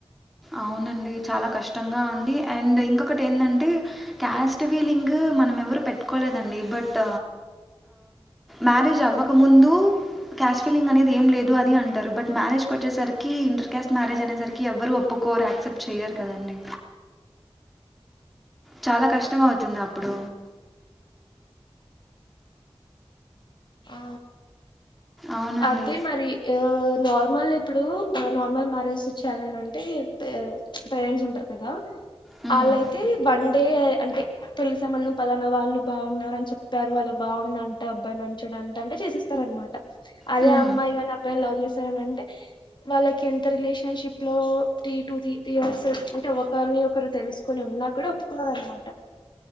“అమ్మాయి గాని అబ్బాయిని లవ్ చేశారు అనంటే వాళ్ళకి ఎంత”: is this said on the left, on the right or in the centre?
Left